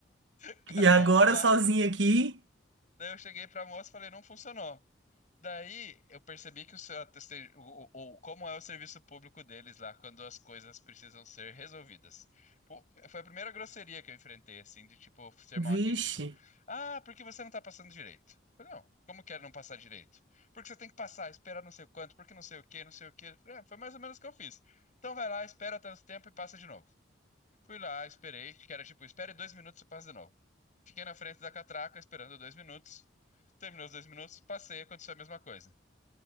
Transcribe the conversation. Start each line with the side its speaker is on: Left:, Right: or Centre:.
Left: <laughs> cada
Right: E agora
Left: um no lado.
Right: sozinha aqui,
Left: Daí eu cheguei pra moça e falei, não funcionou. Daí eu percebi que o seu, a o, o- o- como é o serviço público deles lá quando as coisas precisam ser resolvidas. Pô, foi a primeira grosseria que eu enfrentei, assim, de tipo ser
Right: vixe.
Left: mal atendida. Ah, porque você não tá passando direito? Eu Falei, não, como quero não passar direito? Porque você tem que passar, esperar não sei quanto, porque não sei o quê, não sei o quê. Eu Falei, ah, foi mais ou menos o que eu fiz. Então vai lá, espera tanto tempo e passa de novo. Fui lá, esperei, que era tipo, espere dois minutos e passa de novo. Fiquei na frente da catraca esperando dois minutos. Terminou os dois minutos, passei, aconteceu a mesma coisa.